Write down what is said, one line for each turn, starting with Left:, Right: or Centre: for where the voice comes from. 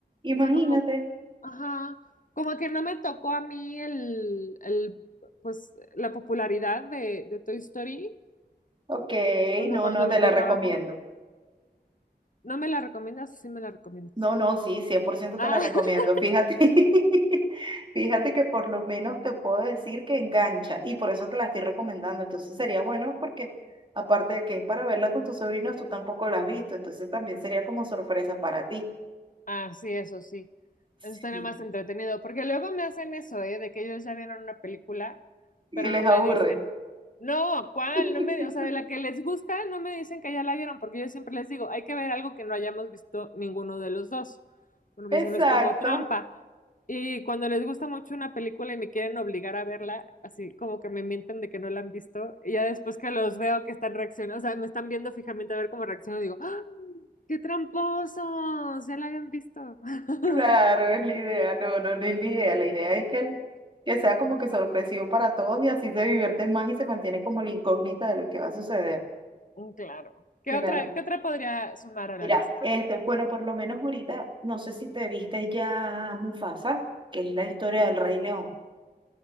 Right: Imagínate,
Left: O sea, como, ajá, como que no me tocó a mí el, el pues, la popularidad de, de Toy Story.
Right: ok,
Left: O sea,
Right: no,
Left: cuando
Right: no, te
Left: me tocaba
Right: la recomiendo.
Left: como, ¿no me la recomiendas o sí me la recomiendas?
Right: No, no, sí, cien por ciento
Left: Ah,
Right: te la recomiendo.
Left: <laughs>
Right: Fíjate, <laughs> fíjate que por lo menos te puedo decir que engancha y por eso te la estoy recomendando. Entonces sería bueno porque aparte de que es para verla con tus sobrinos, tú tampoco la has visto. Entonces también sería como sorpresa para ti.
Left: Ah, sí, eso sí.
Right: Sí.
Left: Eso estaría más entretenido. Porque luego me hacen eso, ¿eh? De que ellos ya vieron una película,
Right: Y
Left: pero
Right: les
Left: no me
Right: aburre.
Left: dicen, no, ¿cuál?
Right: <laughs>
Left: No me, o sea, de la que les gusta, no me dicen que ya la vieron, porque yo siempre les digo, hay que ver algo que no hayamos visto ninguno de los dos, porque
Right: Exacto,
Left: si no es como trampa. Y cuando les gusta mucho una película y me quieren obligar a verla, así como que me mienten de que no la han visto, y ya después que los veo que están reaccionando, o sea, me están viendo fijamente a ver cómo reacciono, digo, ¡ah! ¡Qué tramposos! Ya la habían visto. <laughs>
Right: claro, es la idea. No, no, no es la idea. La idea es que, el- que sea como que sorpresivo para todos y así se divierten más y se mantiene como la incógnita de lo que va a suceder.
Left: Mm, Claro. ¿Qué
Right: Claro.
Left: otra, qué otra podría sumar a la
Right: Mira,
Left: lista?
Right: este, bueno, por lo menos ahorita, no sé si te viste ya Mufasa, que es la historia del Rey León.